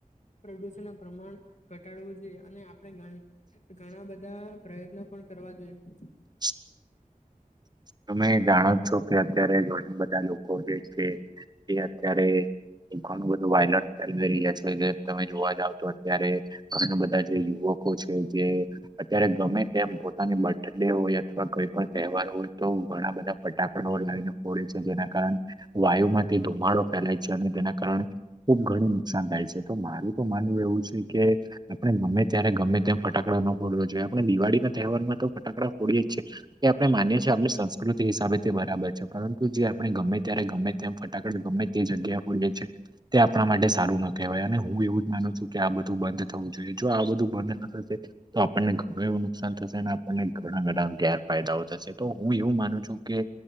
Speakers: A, on the left; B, on the right.
A: પ્રદૂષણના પ્રમાણ ઘટાડવું જોઈએ. અને આપણે ઘણ-ઘણા બધા પ્રયત્નો પણ કરવા જોઈએ.
B: <inaudible> તમે જાણો છો કે અત્યારે ઘણા બધા લોકો જે છે, એ અત્યારે એ ઘણું બધું વાયલલ ફેલમેલિયા છે. જે તમે જોવા જાવ તો અત્યારે ઘણા બધા જે યુવ કો છે, જે અત્યારે ગમે તેમ પોતાની બર્થ ડે હોય અથવા કોઈ પણ તહેવાર હોય તો ઘણા બધા ફટાકડો લઈને ફોડે છે, જેના કારણે વાયુમાંથી ધુમાડો ફેલાય છે. અને તેના કારણે ખુબ ઘણું નુકસાન થાય છે. તો મારું તો માનવું એવું છે કે, આપણે ગમે ત્યારે ગમે તેમ ફટાકડા ન ફોડવા જોઈએ. આપણે દિવાળીના તહેવારમાં તો ફટાકડા ફોડી એજ છીએ. એ આપણે માનીએ જે આપની સંસ્કૃતિ હિસાબે તે બરાબર છે, પરંતુ જે આપણે ગમે ત્યારે ગમે તેમ ફટાકડ ગમે તે જગ્યા ફોડીએ છીએ. તે આપણા માટે સારું ન કહેવાય. અને હું એવું જ માનું છું કે, આ બધું બંધ થવું જોઈએ. જો આ બધું બંધ ન થશે તો આપણને ઘણું એવું નુકસાન થશે. શેન. આપણને ઘણા બધા ગેર ફાયદાઓ થશે. તો હું એવું માનું છું કે,